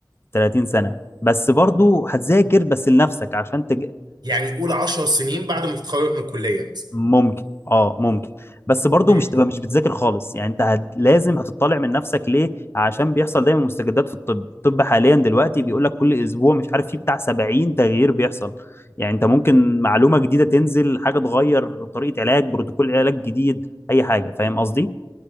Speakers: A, on the left (about 30°); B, on the right (about 65°).
A: 30 سنه بس برضو هتذاكر بس لنفسك عشان تج...
B: يعني قول 10 سنين بعد ما تتخرج من الكليه مثلا
A: ممكن اه ممكن بس برضو
B: امم
A: مش تبقى مش بتذاكر خالص يعني انت هت... لازم هتطلع من نفسك ليه عشان بيحصل دايما مستجدات في الطب الطب حاليا دلوقتي بيقول لك كل اسبوع مش عارف فيه بتاع 70 تغيير بيحصل يعني انت ممكن معلومة جديدة تنزل حاجة تغير طريقة علاج بروتوكول علاج جديد اي حاجة فاهم قصدي